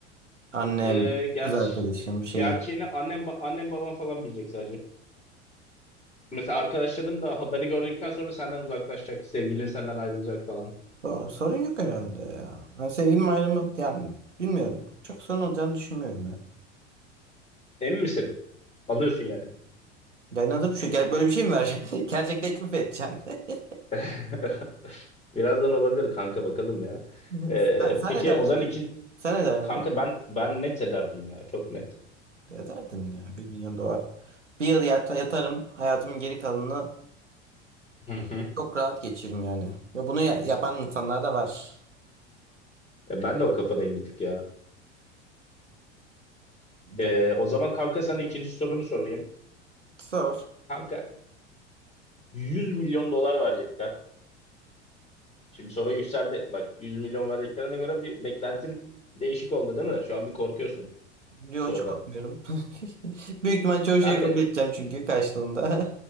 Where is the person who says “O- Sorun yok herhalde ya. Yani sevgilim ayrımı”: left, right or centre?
Right